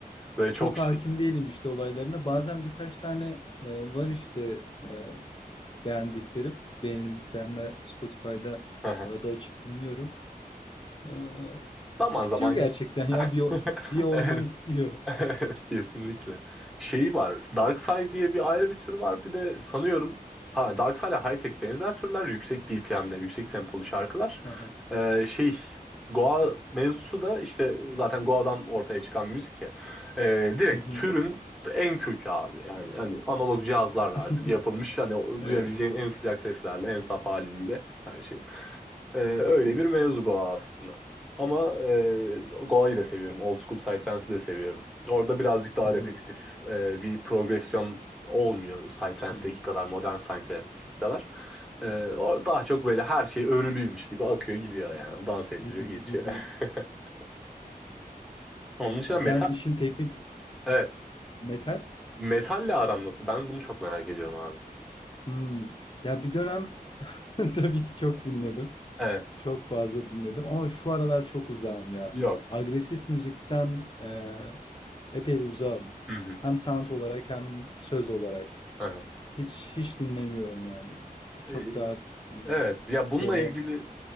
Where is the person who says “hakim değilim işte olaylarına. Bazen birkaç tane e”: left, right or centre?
Left